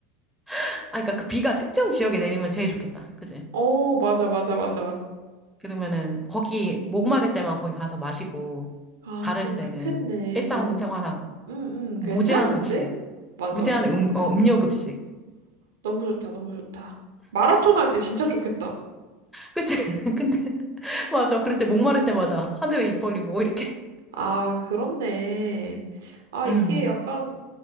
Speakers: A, in the centre; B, on the right (about 65°).
A: <laughs> 아, 그러니까 그 비가 특정 지역에 내리면 제일 좋겠다. 그지?
B: 어, 맞아, 맞아, 맞아.
A: 그러면은 거기 목마를 때만 거기 가서 마시고
B: 아,
A: 다른
B: 그럼
A: 때는
B: 좋겠네.
A: 일상생활하고
B: 어. 응, 응, 괜찮은데?
A: 무제한 급식,
B: 맞아.
A: 무제한 음, 어, 음료 급식.
B: 너무 좋다, 너무 좋다. 마라톤 할 때 진짜 좋겠다.
A: 그치? <laughs> 근데 <laughs> 맞아. 그럴 때 목마를 때마다 하늘에 입 벌리고 이렇게.
B: 아, 그렇네. 아,
A: 음.
B: 이게 약간,